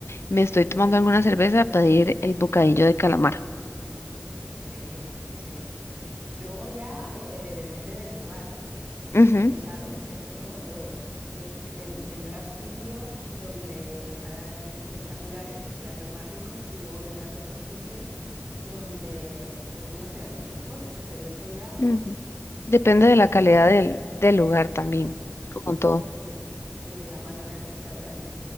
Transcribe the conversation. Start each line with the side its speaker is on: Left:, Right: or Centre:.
Left: me estoy tomando alguna cerveza para pedir el bocadillo de calamar.
Right: Sí, sí, sí. Luego ya eh, depende del lugar.
Left: Ujú,
Right: ya sabes, es- esto es como todo. Entonces, eh, ten- tendrás sitios donde los harán espectaculares y serán los más ricos y luego tendrás otros sitios donde pues no serán los mejores, pero eso ya
Left: ujú. Depende
Right: es
Left: de la
Right: cuestión,
Left: calidad del, del lugar también,
Right: sí,
Left: como todo.
Right: sí, y de la mano del restaurante,